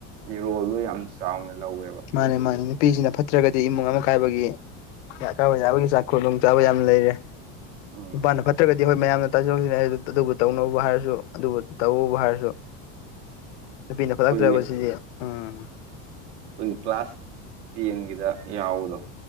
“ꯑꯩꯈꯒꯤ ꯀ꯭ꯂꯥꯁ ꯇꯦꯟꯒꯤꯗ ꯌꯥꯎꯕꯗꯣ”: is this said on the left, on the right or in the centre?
Right